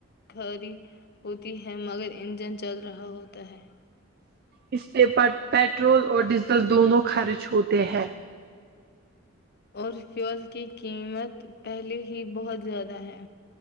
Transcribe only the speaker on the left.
گھڑی ہوتی ہے مگر انجن چل رہا ہوتا ہے
اور فیول کی قیمت پہلے ہی بہت زیادہ ہے